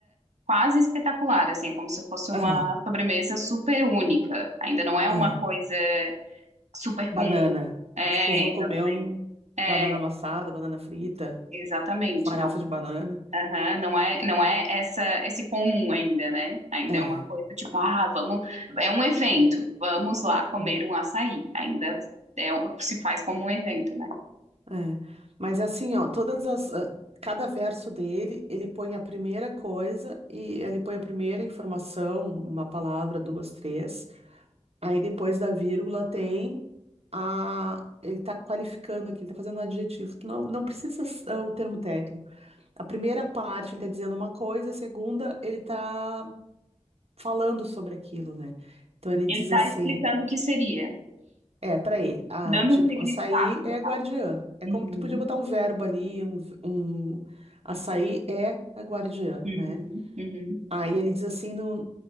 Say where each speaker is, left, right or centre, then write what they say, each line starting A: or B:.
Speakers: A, on the right; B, on the right.
A: quase espetacular, assim, é como se fosse uma
B: Aham.
A: sobremesa super única. Ainda não é uma
B: Aham.
A: coisa super
B: Banana.
A: comum. É,
B: Tipo, vou
A: exatamente.
B: comer um
A: É.
B: banana amassada, banana frita,
A: Exatamente,
B: farofa
A: não.
B: de banana.
A: Aham, não é, não é essa esse comum ainda, né? Ainda
B: É,
A: é uma coisa tipo, ah, vamos, é um evento, vamos lá comer
B: sim,
A: um açaí. Ainda é, se faz como um evento, né?
B: é. Mas assim, ó, todas as. ah, Cada verso dele, ele põe a primeira coisa e ele põe a primeira informação, uma palavra, duas, três. Aí depois da vírgula tem a. Ele tá qualificando aqui, ele tá fazendo um adjetivo. Tu Não, não precisa ah, o termo técnico. A primeira parte ele tá dizendo uma coisa, a segunda ele tá falando sobre aquilo, né? Então ele
A: Ele
B: diz
A: está
B: assim,
A: explicando o que seria,
B: é, pra ele, a,
A: dando
B: tipo,
A: um significado,
B: açaí
A: no
B: é
A: caso.
B: a guardiã. É
A: Uhum,
B: como tu podia botar um verbo ali, um, v- um açaí é a guardiã,
A: uhum,
B: né?
A: uhum,
B: Aí ele diz assim, no,